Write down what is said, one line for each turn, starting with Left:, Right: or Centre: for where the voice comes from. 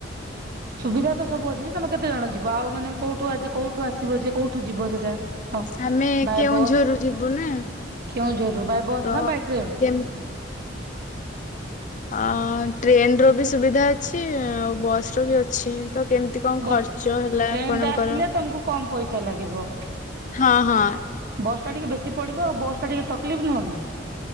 Right: ସୁବିଧା ତ ସବୁ ଅଛି ତମେ କେତେ ଜଣ ଯିବ ଆଉ ମାନେ କୋଉଠୁ କୋଉଠୁ ଆସିବ ଯେ କୋଉଠୁ ଯିବ ସେଟା। ହଁ
Left: ଆମେ
Right: ବାଇ
Left: କେଉଁଝରରୁ
Right: ବସ୍
Left: ଯିବୁ ନା
Right: କେଉଁଝର ରୁ ବାଇ ବସ୍
Left: ତ
Right: ନା ବାୟ ଟ୍ରେନ୍।
Left: କେମ ଅ ଟ୍ରେନ ର ବି ସୁବିଧା ଅଛି ଆଉ ବଶ୍ ର ବି ଅଛି। ତ କେମିତି କଣ
Right: ବଟ
Left: ଖର୍ଚ୍ଚ ହେଲା
Right: ଟ୍ରେନରେ
Left: ଆପଣଙ୍କର?
Right: ଆସିଲେ ତମକୁ କମ ପଇସା ଲାଗିବ।
Left: ହଁ ହଁ
Right: ବସ୍ ଟା ଟିକେ ବେଶୀ ପଡିବ ଆଉ ବସ୍ ଟା ଟିକେ ତକଲିଫ୍ ନୁହେଁ କି।